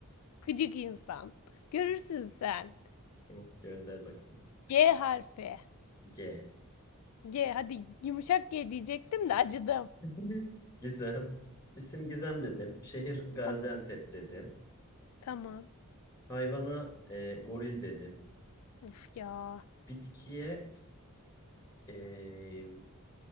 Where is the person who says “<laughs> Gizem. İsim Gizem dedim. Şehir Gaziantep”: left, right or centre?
Left